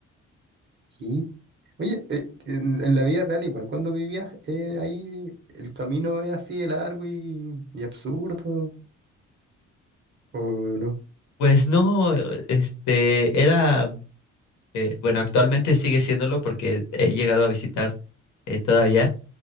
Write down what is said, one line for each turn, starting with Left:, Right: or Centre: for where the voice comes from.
Right: Y, oye, eh, en, en la vida real igual, cuando vivías eh, ahí, ¿el camino es así de largo y, y absurdo? ¿O no?
Left: Pues no, este, era Eh, bueno, actualmente sigue siéndolo porque he llegado a visitar eh, todavía